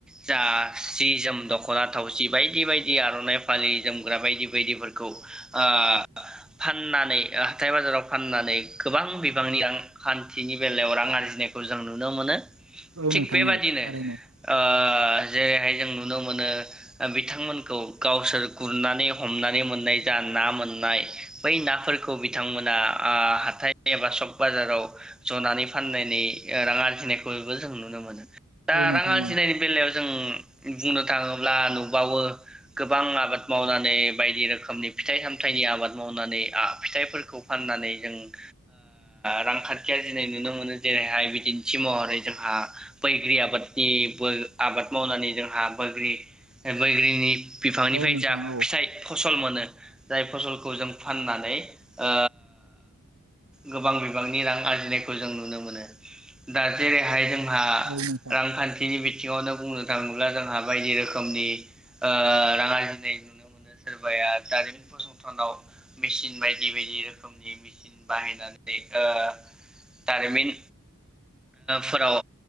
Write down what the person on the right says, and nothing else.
औ
नोंथां
थारैनो
औ नोंथां औ नोंथां औ नोंथां औ नोंथां औ थारैनो औ नोंथां
औ
औ नोंथां
औ
औ नोंथां